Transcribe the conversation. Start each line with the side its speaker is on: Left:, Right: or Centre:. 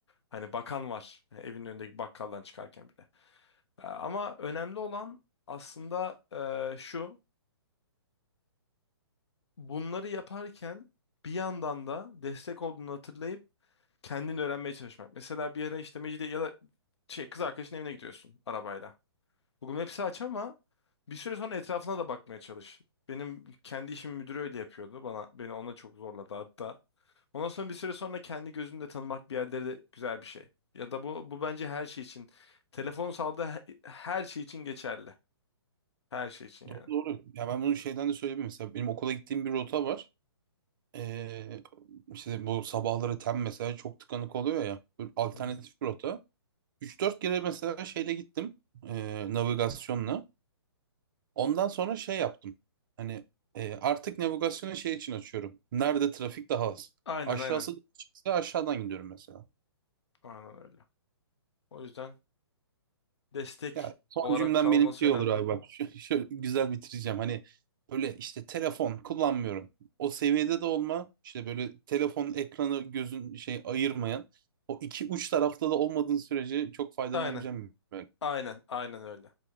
Left: Hani bakan var e, evinin önündeki bakkaldan çıkarken bile. E, Ama önemli olan aslında e, şu bunları yaparken bir yandan da destek olduğunu hatırlayıp kendini öğrenmeye çalışmak. Mesela bir ara işte Mecidiye ya da şey kız arkadaşın evine gidiyorsun arabayla. Google Maps'i aç ama bir süre sonra etrafına da bakmaya çalış. Benim kendi işim müdürü öyle yapıyordu. Bana beni ona çok zorladı hatta. Ondan sonra bir süre sonra kendi gözünle tanımak bir yerleri de güzel bir şey. Ya da bu bu bence her şey için. Telefon sağladığı he- her şey için geçerli. Her şey için yani.
Right: Doğru doğru. Ya ben bunu şeyden de söyleyeyim mesela benim okula gittiğim bir rota var. Ee, işte bu sabahları tem mesela çok tıkanık oluyor ya. Böyle alternatif
Left: Hı hı.
Right: bir rota. Üç dört kere mesela şeyle gittim e, navigasyonla. Ondan sonra şey yaptım. Hani e, artık navigasyonu şey için açıyorum. Nerede trafik daha az.
Left: Aynen
Right: Aşağısı
Left: aynen.
Right: da çıksa aşağıdan gidiyorum mesela.
Left: Aynen öyle. O yüzden destek
Right: Ya son
Left: olarak
Right: cümlem
Left: kalması
Right: benim şey
Left: önemli.
Right: olur abi bak. <laughs> Şö- Şöyle güzel bitireceğim. Hani böyle işte telefon kullanmıyorum. O seviyede de olma. İşte böyle telefon ekranı gözün şey ayırmayan. O iki uç tarafta da olmadığın sürece çok faydalanabileceğim.
Left: Aynen.
Right: bir
Left: Aynen. Aynen öyle.